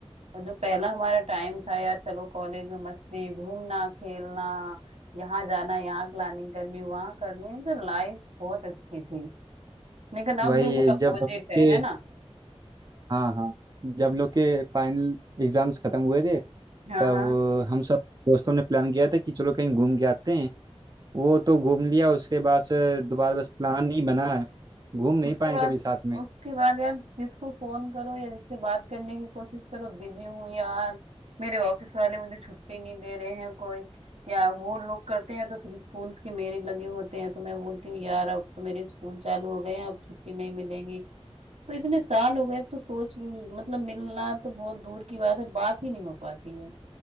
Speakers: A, on the right; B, on the right.
A: और जो पहला हमारा टाइम था यार चलो कॉलेज में मस्ती घूमना खेलना यहाँ जाना यहाँ प्लानिंग करनी वहाँ करनी मतलब लाइफ बहुत अच्छी थी लेकिन अब
B: वही
A: बिल्कुल अपोजिट
B: जब हम लोग
A: है
B: के
A: है ना
B: हाँ हाँ जब हम लोग के फाइनल एग्जाम्स खत्म हुए थे
A: हाँ
B: तब
A: हाँ
B: हम सब दोस्तों ने प्लान किया था कि चलो कहीं घूम के आते हैं वो तो घूम लिया उसके बाद से दोबारा बस प्लान ही बना है घूम नहीं
A: उसके
B: पाए
A: बाद
B: कभी साथ में
A: उसके बाद यार जिसको फोन करो या जिससे बात करने की कोशिश करो बिजी हूँ यार मेरे ऑफिस वाले मुझे छुट्टी नहीं दे रहे हैं कोई या वो लोग करते हैं तो फिर स्कूल के मेरे लगे होते हैं तो मैं बोलती हूँ यार अब तो मेरे स्कूल चालू हो गए हैं अब छुट्टी नहीं मिलेंगी तो इतने साल हो गए अब तो सोच मतलब मिलना तो बहुत दूर की बात है बात ही नहीं हो पाती है